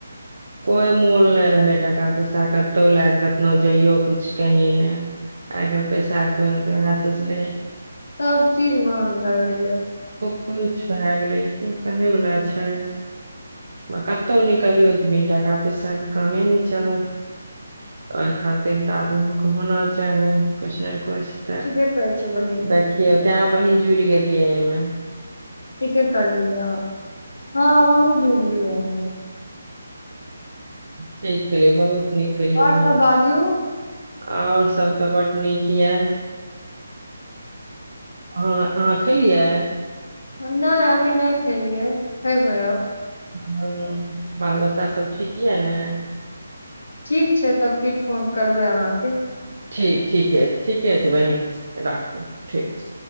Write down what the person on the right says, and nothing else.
कोई मोल नइ रहलै टाका पैसा कतौ लए क कतनो जाइयो कुछ कही नइ आइ काइल पैसा ओहनते वेहे सचैलिये
कछ भए गेलै की कहे बला छै कतहु निकलियौ तऽ बिन टाका पैसा के कामे नहि चलत ओहि खातिर तऽ आदमी क होना चाही कुछ न कुछ किछ तऽ
देखियऔ तेय बहिन जुड़ गेलियै एहिमे ह
ठीकिय बहुत केलियै
बहिन
आओर सब तऽ बड नीक य अह खेलियै
ह बाल बच्चा सब ठीक यऽ ने
ठीक ठीके ठीके छै बहिन राखू ठीक